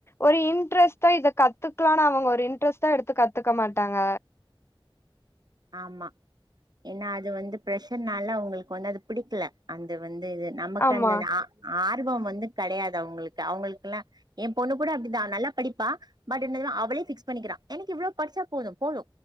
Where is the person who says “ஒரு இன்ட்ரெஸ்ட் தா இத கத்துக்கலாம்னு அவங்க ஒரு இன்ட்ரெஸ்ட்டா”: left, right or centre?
Left